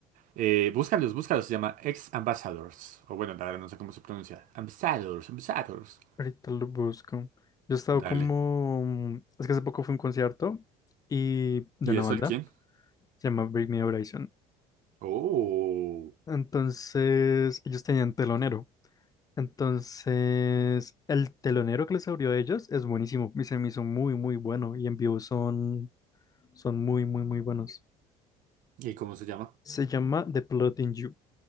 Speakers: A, on the right; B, on the left.
A: Eh, búscalos, búscalos. Se llama Ex Ambassadors. O bueno, la verdad no sé cómo se pronuncia. Ambassadors, Ambassadors.
B: Ahorita lo busco. Yo he estado
A: Dale.
B: como... mm, Es que hace poco fue un concierto y de
A: ¿Y
B: una
A: eso
B: banda.
A: de quién?
B: Se llama Bring Me Horizon.
A: Oh.
B: Entonces, ellos tenían telonero. Entonces, el telonero que les abrió a ellos es buenísimo y se me hizo muy, muy bueno. Y en vivo son, son muy, muy, muy buenos.
A: ¿Y cómo se llama?
B: Se llama The Plotting You,